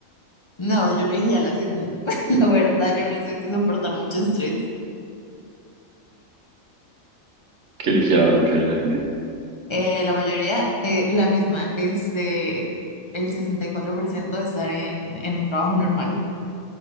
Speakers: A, on the left; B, on the right.
A: No, yo le dije a la segunda. <laughs> La verdad, yo no soy de soportar mucho estrés.
B: ¿Qué eligieron la mayoría de la gente?
A: Eh, la mayoría, eh, la misma, este, el 64% de estar en, en un trabajo normal.